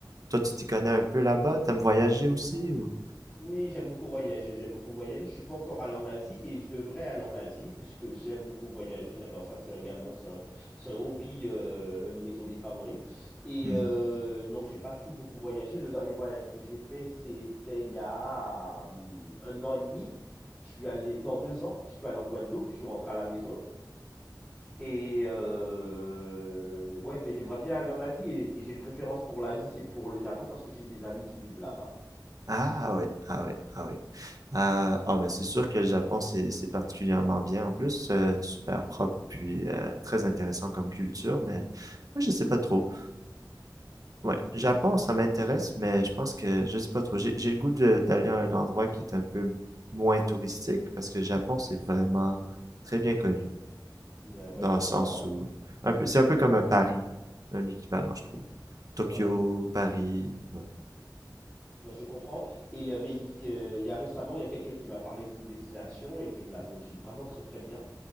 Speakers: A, on the right; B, on the left.
A: Toi, tu
B: euh,
A: t'y connais un peu là-bas? T'aimes voyager aussi ou?
B: Oui, j'aime beaucoup voyager, j'aime beaucoup voyager. Je suis pas encore allé en Asie et je devrais aller en Asie puisque j'aime beaucoup voyager, j'adore ça. C'est également c'est un, c'est un hobby, euh, un de mes hobbies favoris. Et
A: Mhm.
B: euh, non, j'ai pas pu beaucoup voyager. Le dernier voyage que j'ai fait, c'était il y a hum, un an et demi. Je suis allé, non, deux ans. Je suis allé en Guadeloupe. Je suis rentré à la maison. Et euh, ouais, mais j'aimerais bien aller en Asie et, et j'ai une préférence pour l'Asie, c'est pour le Japon parce que j'ai des amis qui vivent là-bas.
A: Ah ouais, ah ouais, ah ouais. Ah, ah, ben c'est sûr que le Japon, c'est c'est particulièrement bien en plus, euh, super propre, puis euh, très intéressant comme culture, mais moi je sais pas trop. Ouais, Japon, ça m'intéresse, mais je pense que je sais pas trop. J'ai j'ai le goût de- d'aller à un endroit qui est un peu moins touristique, parce que le Japon, c'est vraiment très bien connu.
B: Ouais, ouais,
A: dans
B: je
A: le
B: comprends.
A: sens où un peu, c'est un peu comme un Paris, un équivalent, je trouve. Tokyo,
B: Ouais, je, mm,
A: Paris,
B: mm.
A: ouais.
B: Non, je comprends. Et, euh, mais il euh, il y a récemment, il y a quelqu'un qui m'a parlé d'une destination et qui me l'a vendu vraiment très très bien,